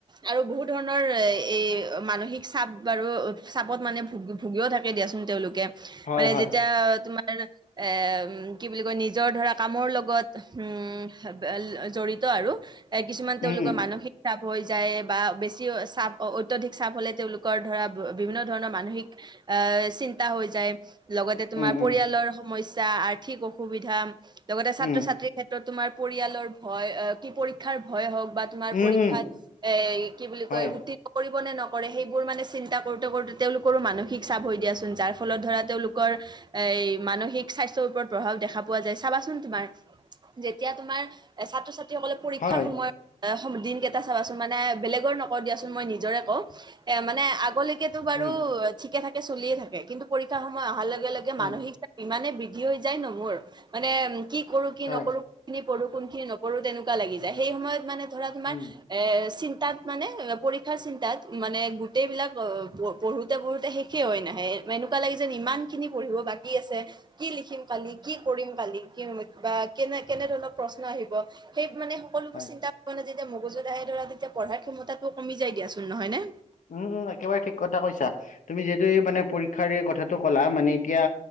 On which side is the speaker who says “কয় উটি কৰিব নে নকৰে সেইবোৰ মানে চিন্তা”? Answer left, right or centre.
Right